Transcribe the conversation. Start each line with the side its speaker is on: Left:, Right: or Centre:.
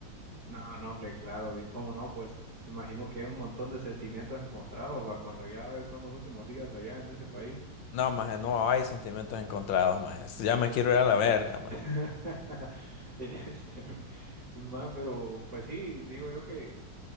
Right: No, no, hombre, claro, y cómo no, pues imagino que hay un montón de sentimientos encontrados, va, cuando ya son los últimos días allá en ese país.
Left: No, maje, no hay sentimientos encontrados, maje. Ya me quiero ir a la verga, maje.
Right: <laughs> Este, man, pero pues sí, digo yo que